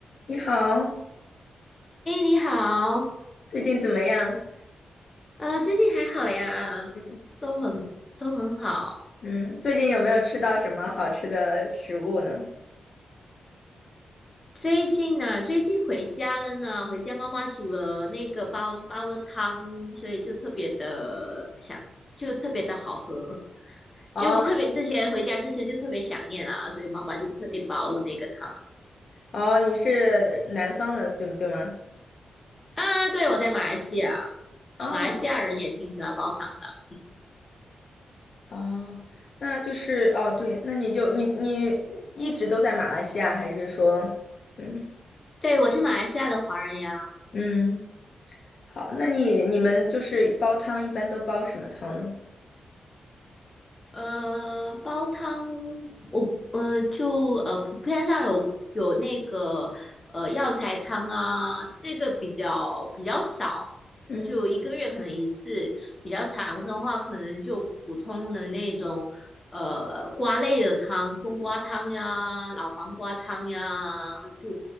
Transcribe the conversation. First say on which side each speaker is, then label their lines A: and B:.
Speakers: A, on the left (about 50°); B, on the left (about 25°).
A: 你好，
B: 哎，你好，
A: 最近怎么样？
B: 呃，最近还好呀，
A: 嗯
B: 都很都很好。
A: 嗯，最近有没有吃到什么好吃的食物呢？
B: 最近呢，最近回家了呢，回家妈妈煮了那个煲煲了汤，所以就特别的想，就特别的好喝，
A: 哦
B: 就特别之前回家之前就特别想念啊，所以妈妈就特地煲了那个汤
A: 哦，你是南方的，对对吗？
B: 啊。对，我在马来西亚，
A: 哦
B: 马来西亚人也挺喜欢煲汤的。
A: 哦，那就是哦，对，那你就你你一直都在马来西亚，还是说，嗯
B: 对，我是马来西亚的华人呀。
A: 嗯，好，那你你们就是煲汤一般都煲什么汤呢？
B: 呃，煲汤，我呃就呃普遍上有有那个呃药材汤啊，这个比较比较少，
A: 嗯
B: 就一个月可能一次，比较长的话可能就普通的那种呃瓜类的汤，冬瓜汤呀、老黄瓜汤呀，就